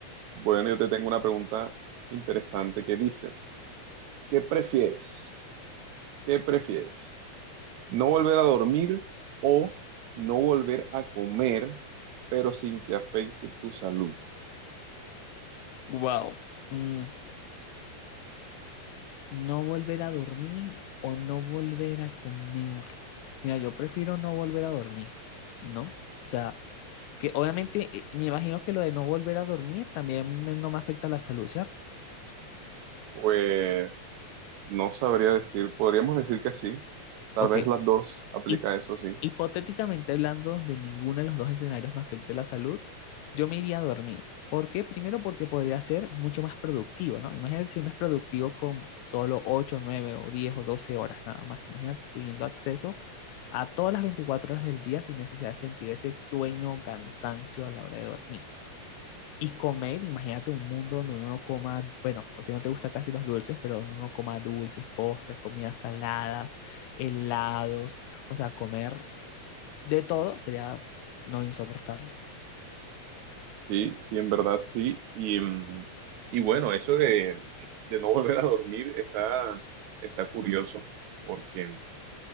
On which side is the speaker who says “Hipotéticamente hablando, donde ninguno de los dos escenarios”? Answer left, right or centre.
Left